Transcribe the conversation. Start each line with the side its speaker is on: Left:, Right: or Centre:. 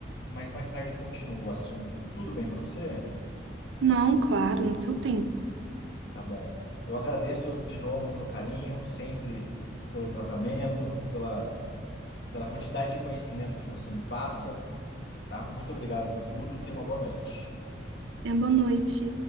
Left: mas mais tarde eu continuo o assunto. Tudo bem para você?
Right: Não, claro, no seu tempo.
Left: Tá bom. Eu agradeço de novo pelo carinho, sempre pelo tratamento, pela, pela quantidade de conhecimento que você me passa, tá? Muito obrigado por tudo, tenha uma boa noite.
Right: É boa noite.